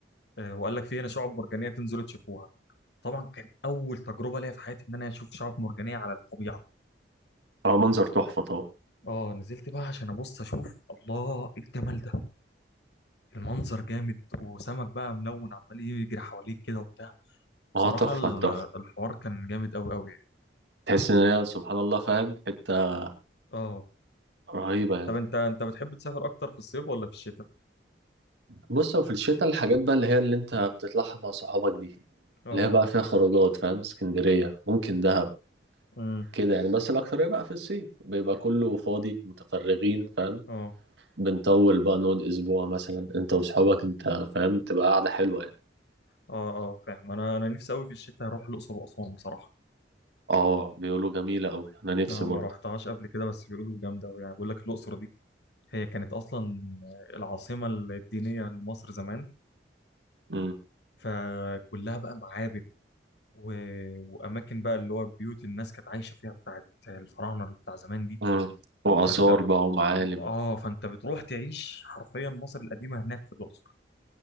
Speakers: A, on the left (about 65°); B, on the right (about 75°).
A: آه، وقال لك في هنا شعاب مرجانية تنزلوا تشوفوها طبعا كان أول تجربة ليا في حياتي إن أنا أشوف شعاب مرجانية على الطبيعة
B: هو منظر تحفة طبعا
A: اه نزلت بقى عشان ابص اشوف الله ايه الجمال ده المنظر جامد وسمك بقى ملون عمال يجري حواليك كده وبتاع
B: هو
A: بصراحة
B: تحفة
A: ال-
B: تحفة
A: الحوار كان جامد أوي أوي يعني
B: تحس ان هي سبحان الله فاهم حتة
A: اه
B: رهيبة يعني
A: طب أنت أنت بتحب تسافر أكتر في الصيف ولا في الشتاء؟
B: بص هو في الشتاء الحاجات بقى اللي هي اللي انت بتطلعها مع صحابك دي
A: اه
B: اللي هي بقى فيها خروجات فاهم اسكندرية ممكن دهب
A: امم
B: كده يعني بس الأكترية بقى في الصيف بيبقى كله فاضي متفرغين فاهم
A: اه
B: بنطول بقى نقعد أسبوع مثلا انت وصحابك انت فاهم تبقى قاعدة حلوة يعني
A: أه أه فاهم أنا أنا نفسي أوي في الشتاء أروح الأقصر وأسوان بصراحة
B: اه بيقولوا جميلة أوي أنا نفسي
A: أه
B: برضه
A: ما رحتهاش قبل كده بس بيقولوا جامدة أوي يعني بيقول لك الأقصر دي هي كانت أصلا العاصمة الدينية لمصر زمان
B: مم.
A: فكلها بقى معابد و... وأماكن بقى اللي هو بيوت الناس كانت عايشة فيها بتاعت الفراعنة اللي بتاع زمان دي
B: مم. وآثار
A: فأنت
B: بقى ومعالم
A: آه فأنت بتروح تعيش حرفيا مصر القديمة هناك في الأقصر